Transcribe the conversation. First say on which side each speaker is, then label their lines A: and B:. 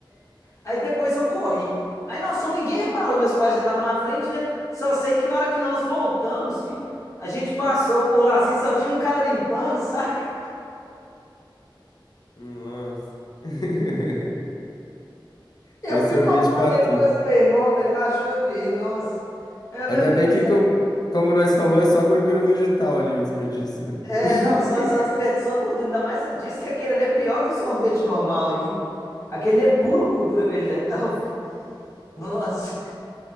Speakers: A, on the left (about 35°); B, on the left (about 50°).
A: Aí depois eu corri. Aí nós fomos, ninguém reparou, meus pais já estavam na frente, né? Só sei que na hora que nós voltamos, fi, a gente passou por lá assim, só tinha um cara limpando, <laughs> saca?
B: <laughs> Nossa. <laughs>
A: Eu
B: Foi
A: fui
B: sorvete
A: cobrar
B: pra
A: depois
B: tudo.
A: pro meu irmão, velho, rachou de rir, nossa. Eu lembrei
B: Ainda bem
A: disso.
B: que, com- como nós falou, é só gordura vegetal ali o desperdício, né?
A: É,
B: <laughs>
A: não, só, só desperdiçou a gordura. Ainda mais disse que aquele ali é pior que o sorvete normal ainda. Aquele é puro gordura vegetal, <laughs> filho. Nossa, o